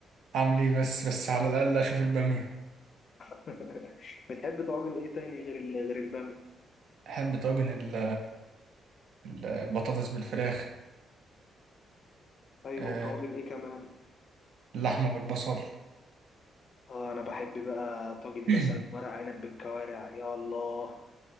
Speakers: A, on the right; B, on the left.
A: أعمل إيه بس بس على الأقل أشوف البامية
B: <laughs> بتحب طواجن ايه تاني غير ال- غير البامي
A: أحب طاجن ال- البطاطس بالفراخ
B: ايوه
A: آه،
B: وطواجن ايه كمان
A: اللحمة بالبصل
B: اه انا بحب بقى طاجن
A: <clears throat>
B: مثلا ورق عنب بالكوارع يا الله